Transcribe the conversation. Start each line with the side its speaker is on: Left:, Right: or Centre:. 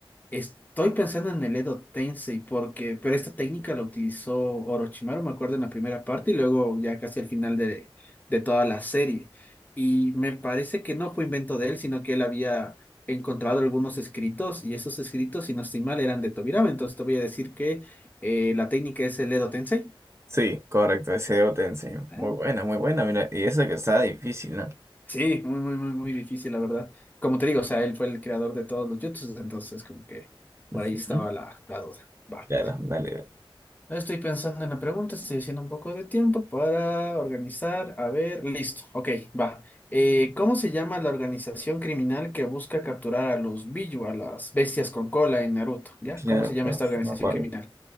Left: Estoy pensando en el Edo Tensei porque, pero esta técnica la utilizó Orochimaru, me acuerdo, en la primera parte y luego ya casi al final de, de toda la serie. Y me parece que no fue invento de él, sino que él había encontrado algunos escritos y esos escritos, si no estoy mal, eran de Tobirama. Entonces te voy a decir que eh, la técnica es el Edo Tensei.
Right: Sí, correcto, ese Edo Tensei.
Left: Ah,
Right: Muy buena, muy buena, mira. Y eso que está difícil, ¿no?
Left: Sí, muy, muy, muy, muy difícil, la verdad. Como te digo, o sea, él fue el creador de todos los jutsus, entonces como que
Right: Ujú.
Left: por ahí estaba la, la duda. Va.
Right: Claro, dale. dale.
Left: Estoy pensando en la pregunta, estoy haciendo un poco de tiempo para organizar. A ver, listo. Ok, va. Eh, ¿cómo se llama la organización criminal que busca capturar a los Biju, a las bestias con cola en Naruto? ¿Ya?
Right: Claro,
Left: ¿Cómo se llama
Right: claro,
Left: esta organización
Right: me acuerdo.
Left: criminal?